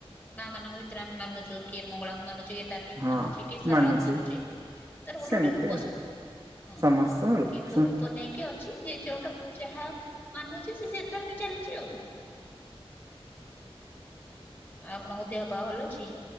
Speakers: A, on the left; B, on the right.
A: ମା ମାନଙ୍କ ଭିତରେ ଆମେ ମାନୁଛୁ। କିଏ ମଙ୍ଗଳାଙ୍କୁ ମାନୁଛି ତାରିଣୀକି
B: ହଁ
A: ମାନୁଚି କି ଶାରଳାକୁ
B: ମାନୁଛି।
A: ମାନୁଚି ତାର ଗୋଟେ
B: ସେମିତି
A: ଗୋଟେ ରୂପ
B: ଆଉ
A: ସବୁ ହଁ।
B: <unintelligible>
A: କିଏ କୋଉ ରୂପ ନେଇକି ଅଛି ଯେ ଯେଉଁଟାକୁ ଯାହା ମାନୁଚି ସେ ସେଇ ଦି ଟାକୁ ନେଇ ଚାଲିଚି ଆଉ କଣ। ଆପଣଙ୍କ ଦେହ ପା ଭଲ ଅଛି?